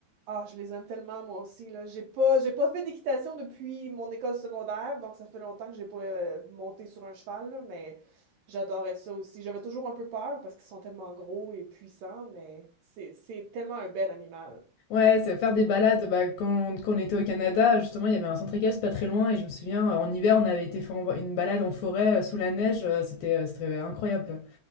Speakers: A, on the right; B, on the left.
A: ah, je les aime tellement moi aussi, là. J'ai pas, j'ai pas fait d'équitation depuis mon école secondaire, donc ça fait longtemps que j'ai pas euh, monté sur un cheval, là, mais j'adorais ça aussi. J'avais toujours un peu peur parce qu'ils sont tellement gros et puissants, mais c'est, c'est tellement un bel animal.
B: ouais, c'est faire des balades, bah, quand, quand on était au Canada, justement il y avait un centre équestre pas très loin et je me souviens euh, en hiver on avait été faire en- une balade en forêt euh, sous la neige, euh, c'était euh, c'était incroyable.